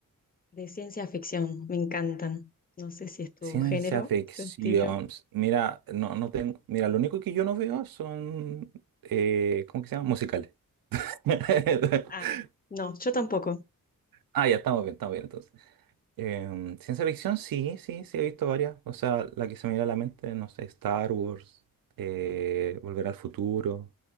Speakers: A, on the left (about 25°); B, on the right (about 80°).
A: de ciencia ficción? Me encantan. No sé si es tu
B: Ciencia
A: género,
B: ficción.
A: tu estilo.
B: Mira, no, no tengo. Mira, lo único que yo no veo son. eh, ¿cómo que se llama? Musicales. <laughs>
A: Ah, no, yo tampoco.
B: Ah, ya, estamos bien, estamos bien entonces. Em, ciencia ficción, sí, sí, sí, he visto varias. O sea, la que se me viene a la mente, no sé, Star Wars, eh, Volver al Futuro,